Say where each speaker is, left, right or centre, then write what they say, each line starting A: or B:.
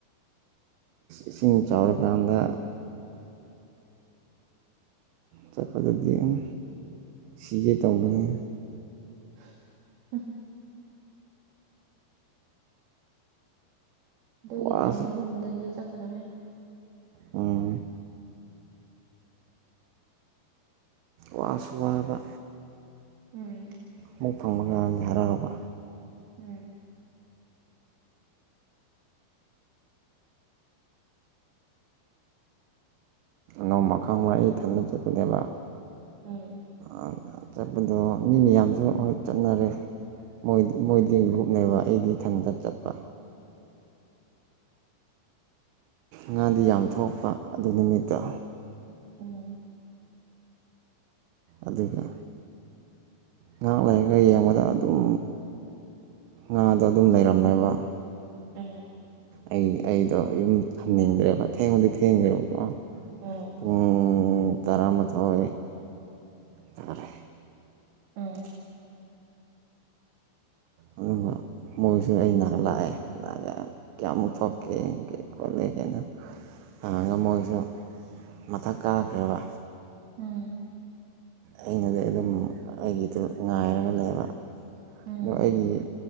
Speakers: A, on the right; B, on the right.
A: ꯏꯁꯤꯡ ꯆꯥꯎꯔꯀꯥꯟꯗ ꯆꯠꯄꯗꯗꯤ ꯑꯝ ꯁꯤꯒꯦ ꯇꯥꯎꯕꯅꯦ
B: <unintelligible> ꯑꯗꯨꯒꯤ
A: ꯋꯥꯁꯨ
B: ꯇꯥꯏꯃꯤꯡꯒꯨꯝꯕꯗꯗꯤ ꯆꯠꯀꯅꯨꯍꯦ
A: ꯎꯝ ꯋꯥꯁꯨ ꯋꯥꯕ
B: ꯎꯝ
A: ꯑꯃꯨꯛ ꯐꯪꯕꯀꯟꯗ ꯍꯔꯥꯎꯕ
B: ꯎꯝ
A: ꯅꯣꯡꯃ ꯈꯥꯡꯕ꯭ꯔ ꯑꯩ ꯊꯟꯗꯅ ꯆꯠꯄꯅꯦꯕ
B: ꯎꯝ
A: ꯑ ꯆꯠꯄꯗꯣ ꯃꯤ ꯃꯌꯥꯝꯁꯨ ꯍꯣꯏ ꯆꯠꯅꯔꯦ ꯃꯣꯏ ꯃꯣꯏꯗꯤ ꯒꯔꯨꯞꯅꯦꯕ ꯑꯩꯗꯤ ꯏꯊꯟꯇ ꯆꯠꯄ ꯉꯥꯗꯤ ꯌꯥꯝ ꯊꯣꯛꯄ ꯑꯗꯨ ꯅꯨꯃꯤꯠꯇꯣ
B: ꯎꯝ
A: ꯑꯗꯨꯒꯦ ꯉꯥꯛ ꯂꯩꯔꯒ ꯌꯦꯡꯕꯗ ꯑꯗꯨꯝ ꯉꯥꯗꯣ ꯑꯗꯨꯝ ꯂꯩꯔꯝꯃꯦꯕ
B: ꯎꯝ
A: ꯑꯩ ꯑꯩꯗꯣ ꯌꯨꯝ ꯊꯝꯅꯤꯡꯗ꯭ꯔꯦꯕ ꯊꯦꯡꯕꯨꯗꯤ ꯊꯦꯡꯈ꯭ꯔꯦꯕꯀꯣ
B: ꯎꯝ
A: ꯄꯨꯡ ꯇꯔꯥꯃꯥꯊꯣꯏ ꯇꯔꯦ
B: ꯎꯝ
A: ꯑꯗꯨꯒ ꯃꯣꯏꯁꯨ ꯑꯩꯅꯛ ꯂꯥꯛꯑꯦ ꯂꯥꯛꯑꯒ ꯀꯌꯥꯃꯨꯛ ꯊꯣꯛꯀꯦ ꯈꯣꯠꯂꯦ ꯀꯩꯅꯣ ꯍꯥꯡꯉꯒ ꯃꯣꯏꯁꯨ ꯃꯊꯛ ꯀꯥꯈ꯭ꯔꯦꯕ
B: ꯎꯝ
A: ꯑꯩꯅꯗꯤ ꯑꯗꯨꯝ ꯑꯩꯒꯤꯗꯣ ꯉꯥꯏꯔꯒ ꯂꯩꯕ
B: ꯎꯝ
A: ꯑꯗꯣ ꯑꯩꯒꯤ